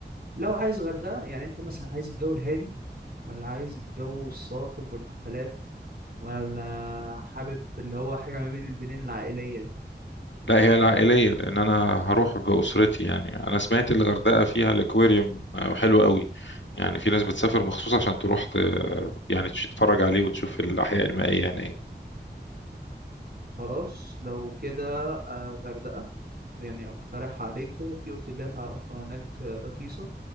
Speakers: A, on the right; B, on the left.
A: لو عايز غردقه يعني انت مثلا عايز الجو الهادي ولا عايز الجو الصاخب والحفلات ولا حابب اللي هو حاجه ما بين البنين العائليه دي
B: لا هي العائلية لأن أنا هروح بأسرتي يعني أنا سمعت الغردقة فيها الأكواريوم حلو قوي يعني في ناس بتسافر مخصوص عشان تروح ت... يعني تتفرج عليه وتشوف الأحياء المائية هناك
A: خلاص لو كده آه غردقه يعني اقترح عليك في اوتيلات اعرفها هناك رخيصه